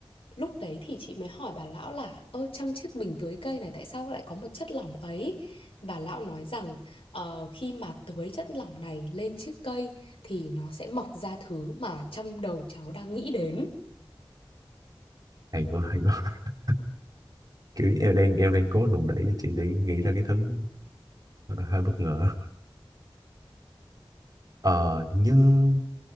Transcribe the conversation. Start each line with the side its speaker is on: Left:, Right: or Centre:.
Left: lúc đấy thì chị mới hỏi bà lão là ơ trong chiếc bình tưới cây này tại sao lại có một chất lỏng ấy bà lão nói rằng "Ờ, khi mà tưới chất lỏng này lên chiếc cây thì nó sẽ mọc ra thứ mà trong đầu cháu đang nghĩ đến
Right: hay quá hay quá <laughs> kiểu em đang em đang cố đùn đẩy cho chị để nghĩ ra cái thứ hơi bất ngờ Ờ, nhưng